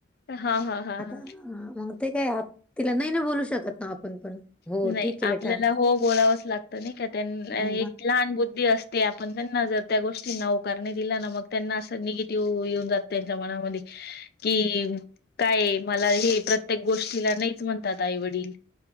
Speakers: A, on the left; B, in the centre.
A: हां, हां, हां,
B: आता
A: हां.
B: मंग ते काय आप, तिला नाय ना बोलू शकत ना आपण पण हो
A: नाही,
B: ठीक आहे बेटा
A: आपल्याला हो बोलावंच लागतं. नाही का त्यां
B: हं
A: एक लहान बुद्धी अस ते आपण त्यांना जर त्या गोष्टींना होकार नाय दिला ना मग त्यांना असं निगेटिव्ह येऊन जातं त्यांच्या मनामध्ये की, काय मला हे प्रत्येक गोष्टीला नाहीच म्हणतात आईवडील.